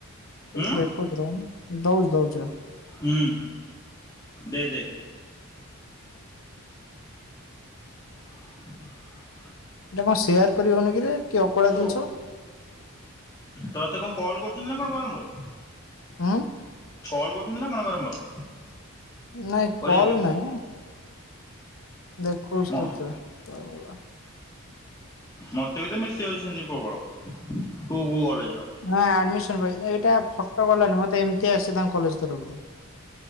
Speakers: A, on the left; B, on the left.
A: ତତେ
B: ହୁଁ
A: ଦେଖଉଚି ରହ ଦଉଚି ଦଉଚି ରହ।
B: ହୁଁ ଦେ ଦେ। <inaudible>
A: ଏଇଟା କଣ ସେୟାର କରିହଉନି କିରେ? କି ଅକଳିଆ
B: ହୁଁ
A: ଜିନିଷ
B: ତତେ କଣ କଲ୍ କରୁଚନ୍ତି ନା କଣ ବାରମ୍ବାର?
A: ହଁ।
B: କଲ୍ କରୁଚନ୍ତି ନା କଣ ବାରମ୍ବାର?
A: ନାଇଁ
B: କରିବା
A: କଲ
B: ପାଇଁ?
A: ନାଇଁ। ଦେଖଉଚି
B: ମ
A: ତତେ କୁଆଡେ ଗଲା।
B: ମତେ ବି ତ ମେସେଜ୍ ଯାଉଚି ସେ ନ୍ତି ପ୍ରବଳ କଉ କଉ କଲେଜ ର।
A: ହଁ ଆଡମିସନ୍ ପାଇଁ ଏଇଟା ଫଟୋ ଗଲାଣିି ମତେ ଏମିତି ଆସେ ତାଙ୍କ କଲେଜ୍ ତରଫରୁ।